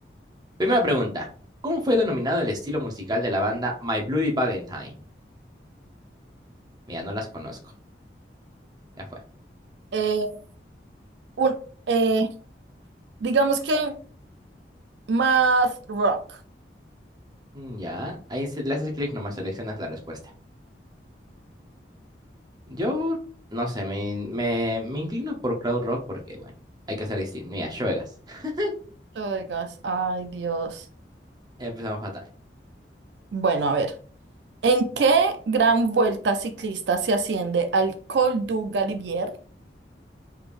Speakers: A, on the right; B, on the right.
A: Primera pregunta. ¿Cómo fue denominado el estilo musical de la banda My Bloody Valentine? Mira, no las conozco. Ya
B: Eh, un- eh, digamos que Math Rock.
A: Mm, Ya, ahí se- le haces clic, nomás seleccionas la respuesta. Yo, no sé, me, me, me inclino por Cloud Rock porque, bueno, hay que ser distinto. Mira, Shoegaze. <laughs>
B: Oigas, ay Dios.
A: Empezamos fatal.
B: Bueno, a ver. ¿En qué gran vuelta ciclista se asciende al Col du Galibier?